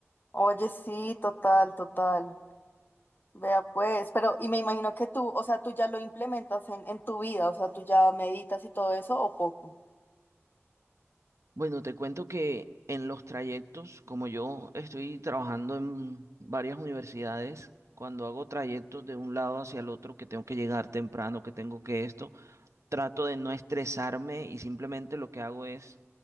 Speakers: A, on the left; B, on the right.
A: Oye, sí, total, total. Vea pues, pero y me imagino que tú, o sea, tú ya lo implementas en, en tu vida, o sea, tú ya meditas y todo eso o poco.
B: Bueno, te cuento que en los trayectos, como yo estoy trabajando en varias universidades, cuando hago trayectos de un lado hacia el otro, que tengo que llegar temprano, que tengo que esto, trato de no estresarme y simplemente lo que hago es